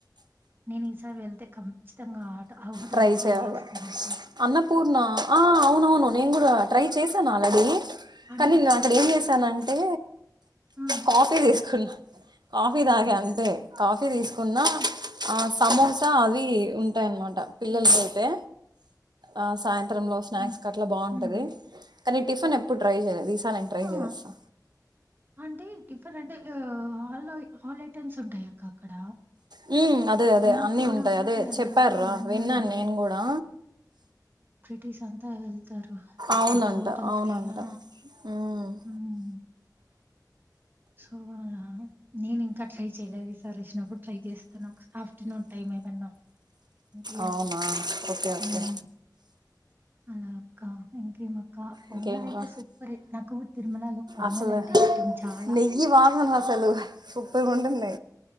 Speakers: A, on the right; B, on the right.
A: నేను ఈసారి వెళ్తే కమ్ ఖచ్చితంగా ఆ హోటల్
B: ట్రై
A: లో
B: చేయాల
A: చేస్తాను అక్క
B: అన్నపూర్ణ ఆ అవునవును నేను కూడా చేశాను ఆల్రెడీ
A: అన్నపూర్ణ
B: కానీన్ అక్కడ ఏం చేసానంటే
A: ఆ
B: కాఫీ తీసుకున్నా కాఫీ తాగా
A: ఆ ఓకే
B: అంతే కాఫ్ టీ తీసుకున్నా ఆ సమోసా అద్ అవి ఉంటాయిన్నమాట పిల్లలకి
A: ఉమ్
B: అయితే ఆ సాయంత్ త్రం లో స్నాక్స్
A: ఉమ్
B: అట్లా బాగుంటుంది
A: ఉమ్
B: కానీ టిఫన్ ఎప్పుడు ట్రై చే వీసా ఆయన ట్రై
A: ఆ
B: చేసేస్తా
A: అంటే టిఫెంట్ అంటే ఆ ఆల్అని ఆల్ ఐటమ్స్ ఉంటాయ అక్క అక్కడ
B: హ్మ్ అదే అదే
A: అన్నపూర్ణ
B: అన్నీ ఉంటాయి
A: హోటల్
B: అదే
A: అదేదో
B: చెప్పార్ రా
A: ఉన్నది
B: విన్నాను నేను కూడా
A: టిస్ అంతా వెల్ సారు
B: అవునంట
A: అదే హోటల్
B: అవునంట
A: కి ఆ
B: మ్మ్.
A: మ్మ్ సోవాలా నేను ఇంకా ట్రై చేయలేదు ఈసార్ వచ్చినప్పుడు ట్రై చేస్తాను ఒక ఆఫ్టర్నూన్ టైమ్ ఏమన్నా అంటే
B: అవునా ఓకే ఓకే
A: హ్మ్. అలా అక్కా ఇంకేం అక్ ఇంకా పొంగల్
B: ఇంకేంట్రా
A: అయితే సూపర్ నాకు తిరుమలలో పొంగల్
B: అసలు
A: అంటే ఇష్టం చాలా
B: నెయ్యి వాసన అసలు సూపర్గా ఉంటుంది